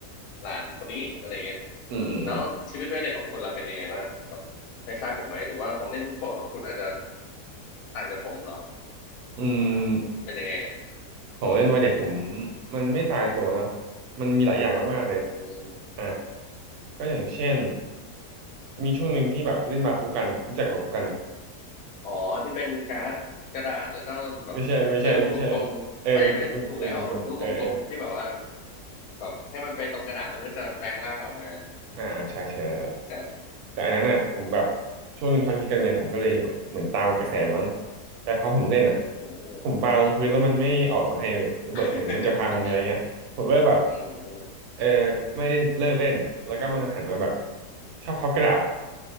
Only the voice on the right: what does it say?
อืมอืมอืม
อืม
ของเล่นวัยเด็กผมมันไม่ตายตัวเนาะมันมีหลายอย่างมากๆเลย
อ่ะก็อย่างเช่นมีช่วงหนึ่งที่แบบเล่นบาคูกันรู้จักบาคูกันไหม
ไม่ใช่ไม่ใช่ไม่ใช่เออเป็นเป็นเป็นกลมๆเออเออ
อ่าอ่าใช่ใช่แล้วแหละ
แต่อันนั้นน่ะผมแบบช่วงหนึ่งเขาฮิตกันไงผมก็เลยเหมือนตามกระแสมั้งแต่พอผมเล่นอ่ะ
ผมปาลงพื้นแล้วมันไม่ออกมาให้เว้ยหรือแบบเหมือนมันจะพังอะไรเงี้ยผมก็เลยแบบ
เออไม่เล่นเลิกเล่นแล้วก็มาหันมาแบบชอบพับกระดาษ